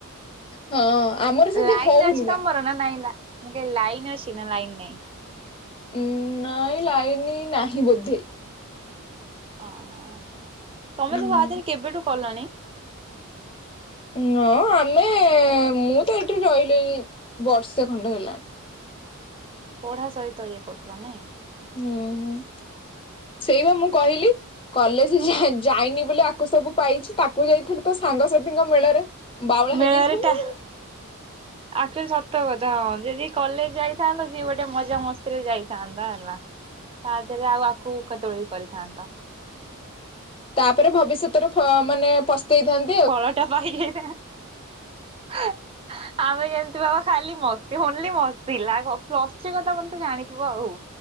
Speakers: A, on the left; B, on the right.
A: ହଁ ଆମର ସେମିତି
B: ଲାଇନ୍
A: ହଉନି
B: ଅଛି
A: ବା
B: ତମର ନା ନାଇଁଲା? ମୁଁ କହିଲି ଲାଇନ୍ ଅଛି ନା ଲାଇନ୍ ନାଇଁ?
A: ଉଁ ନାଇଁ ଲାଇନ୍‌ ନାହିଁ ବୋଧେ।
B: ଓହୋ, ତମେ
A: ହୁଁ
B: ସବୁ ଆ ଦେହରେ କେବେଠୁ କଲଣି?
A: ନଁ ଆମେ ମୁଁ ତ ଏଠି ରହିଲିଣି ବର୍ଷେ ଖଣ୍ଡେ ହେଲାଣି।
B: ପଢା ସହିତ ଇଏ କରୁଥିଲ ନାଇଁ?
A: ହୁଁ ହୁଁ, ସେଇବା ମୁଁ କହିଲି। କଲେଜ ଝା ଯାଇନି ବୋଲି ଆକୁ ସବୁ ପାଇଛି ତାକୁ ଯାଇଥିଲେ ତୋ ସାଙ୍ଗସାଥିଙ୍କ ମେଳରେ ବାଉଳା
B: ମେଳରେ
A: ହେଇଯାଇଥାନ୍ତି
B: ଟା ଆକ୍ଚୋଚୋଲି ସତ କଥା ହଁ, ଯଦି କଲେଜ ଯାଇଥାନ୍ତ ସିଏ ଗୋଟେ ମଜା ମସ୍ତିରେ ଯାଇଥାନ୍ତା, ହେଲା। ତା ଦେହରେ ଆଉ ଆକୁ କେତେବେଳେ ବି କରିଥାନ୍ତ।
A: ତାପରେ ଭବିଷ୍ୟତରେ ଫ ମାନେ ପସ୍ତେଇଥାନ୍ତ୍
B: ଫଳଟା ବହିଯାଇଥା <unintelligible> ଆମେ ଯେମିତି ବାବା ଖାଲି ମସ୍ତି, ଓନ୍ଲି ମସ୍ ଥିଲା। ପ୍ଲସ୍ଥ୍ରୀ କଥା ତମେ ତ ଜାଣିଥିବ ଆଉ। ହଁ,